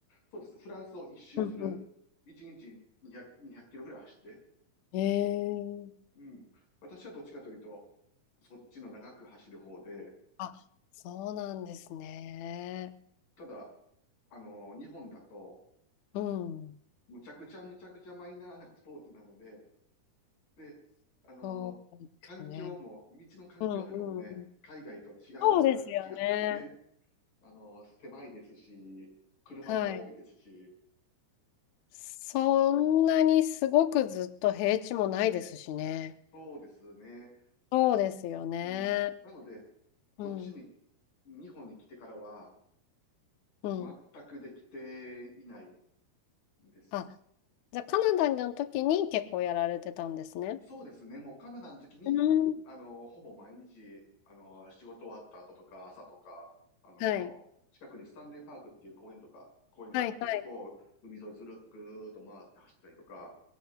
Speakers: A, on the left; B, on the left.
A: そうです。フランスを一周する。
B: うんうん。
A: 1日200、200キロぐらい走って。
B: へえ。
A: うん。私はどっちかというと、そっちの長く走る方で、
B: あ、そうなんですね。
A: ただ、あの、日本だと、
B: うん。
A: むちゃくちゃむちゃくちゃマイナーなスポーツなので、で、あのー環境も、
B: そうですね。
A: 道の環境とかもね、
B: うんうんうん。
A: 海外と違う、
B: そうですよね。
A: 違ってね、あのー狭いですし、車も多いですし、
B: はい。そんなにすごくずっと平地もないですしね。
A: そうですね。
B: そうですよね。
A: うん。なので、こっちに、
B: うん。
A: 日本に来てからは、
B: うん。
A: 全くできていないんです。
B: あ、じゃあカナダの時に結構やられてたんですね。
A: そうですね。もうカナダの時に、
B: うん。
A: あの、ほぼ毎日、あの、仕事終わった後とか、朝とか、あの、
B: はい。
A: 近くにスタンレーパークっていう公園とか、公園があって、
B: はい。はい。
A: そこを海沿いずる、ぐーっと回って走ったりとか、